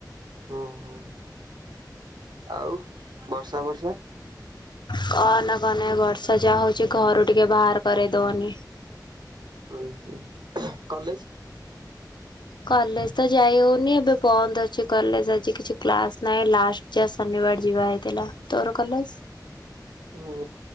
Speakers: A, on the right (about 75°); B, on the left (about 85°).
A: ହୁଁ ହୁଁ ଆଉ ବର୍ଷା ବର୍ଷା!
B: କହନା କହନା ଏ ବର୍ଷା ଯାହା ହଉଛି ଘରୁ ଟିକେ ବାହାର କରଇ ଦଉନି।
A: ହୁଁ, ହୁଁ। କଲେଜ!
B: କଲେଜ ତ ଯାଇ ହଉନି, ଏବେ ବନ୍ଦ ଅଛି କଲେଜ। ଆଜି କିଛି କ୍ଲାସ ନାହିଁ ଲାଷ୍ଟ- ଯା ଶନିବାର ଯିବା ହେଇଥିଲା। ତୋର କଲେଜ!
A: ହୁଁ